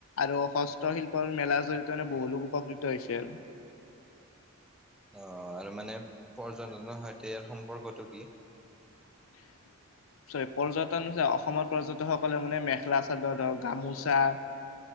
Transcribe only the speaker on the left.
আৰু হস্তশিল্পৰ মেলাৰ জৰি়য়তে মানে বহু লোক উপকৃত হৈছে আৰু।
<inaudible> চৰি পৰ্যটন অসমৰ পৰ্যটকসকলে মানে মেখেলা চাদৰ ধৰক গামোচা।